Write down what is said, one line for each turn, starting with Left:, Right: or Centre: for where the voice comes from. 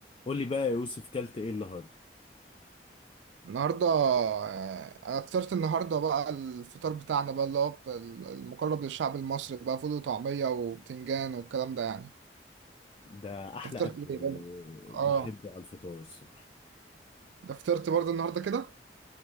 Left: قول لي بقى يا يوسف كلت ايه النهارده
Right: النهارده آه، انا فطرت النهارده بقى الفطار بتاعنا بقى اللي هو بتاع ال- المقرب للشعب المصري بقى فول وطعميه وبتنجان والكلام ده يعني
Left: ده احلى
Right: انت فطرت
Left: اكل آه،
Right: ايه بقى؟ اه
Left: بحبه على الفطار الصبح
Right: ده فطرت برضه النهارده كده